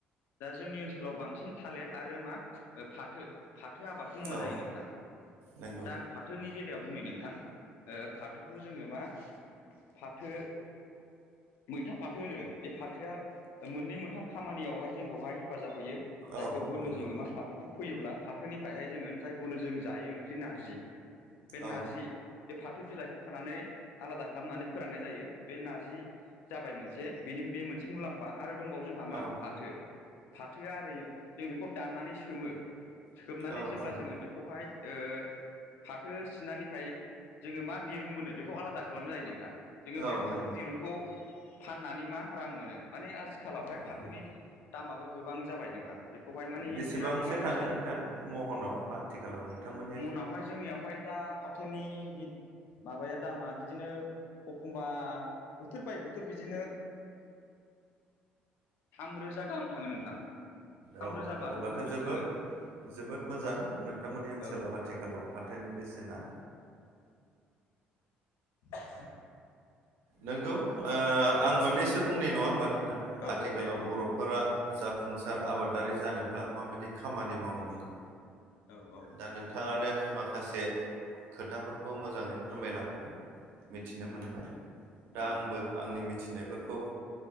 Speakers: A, on the left (about 75°); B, on the right (about 85°).
A: दा जोंनि ओनसोलाव बांसिन थालिर आरो मा फाथो फाथो आबादखौ मावनाय
B: औ
A: जायो नोंथां
B: नंगौ
A: दा आं फाथोनि बेलायाव बुंनो नोंथां ओ फाथोखौ जोङो मा फाथो मैथा फाथो होनो बे फाथोआ मोननै मोन मोनथाम खामानियावहाय जोंखौहाय हेफाजाब होयो जायखौ
B: औ
A: होनो
B: नंगौ
A: जोङो मा फाथोखौ फैयोब्ला फाथोनिफ्रायहाय जोङो जायखौनो जों जायो ओंख्रि नारजि बे
B: औ
A: नारजि बे फाथो बिलाइखौ खानानै आलादा खालामनानै फोराननाय जायो बे नारजि जाबाय मोनसे बेनि बे मोनसे मुलाम्फा आरो दंबावो जोंहा मा
B: औ
A: फाथो फाथोआ ओरै जों बेखौ दाननानै सोमो सोमनानै
B: औ
A: जेब्ला
B: नंगौ
A: जोङो बेखौहाय ओ फाथो सिनानिफ्राय जोङो मा दिरुं मोनो बेखौ आलादा खालामनाय जायो नोंथां जोङो
B: औ
A: बे फाथो
B: नंगौ
A: दिरुंखौ फाननानै मा रां मोनो माने आथिखालावहाय
B: नंगौ
A: फाथोनि दामाबो गोबां जाबाय नोंथां बेखौहाय मानि
B: बेसेबांसो
A: बिराद दिडिमान्ड
B: थाङो
A: दंसै
B: नोंथां महनाव आथिखालाव नोंथांमोन
A: मनावहाय जोंनियावहाय दा फाथोनि माबाया दामा बिदिनो एखमबा बोथोर बाय बोथोर बिदिनो थामरोजा गाहाम थाङो नोंथां थामरोजा
B: औ
A: बाजौ
B: अब्लाथ'
A: गाहाम बिदि
B: जोबोद
A: थाङो
B: जोबोद मोजां नोंथांमोननि ओनसोलाव
A: औ
B: आथिखाल आथिखालाव फाथोनि बेसेना
A: <inaudible>
B: नंगौ ओ
A: औ
B: आं मोननैसो बुंनाय नङा होमबा नोंथां
A: औ
B: आथिखालाव
A: औ दे दे नोंथां
B: बर'फोरा जा जाफुंसार आबादारि जानोब्ला माबायदि खामानि मावनांगौ
A: औ औ
B: दा नों नोंथांङानो माखासे खोथाफोरखौ मोजाङै फोरमायलांबाय मिथिनो मोनबाय दा
A: औ
B: आंबो आंनि मिथिनायफोरखौ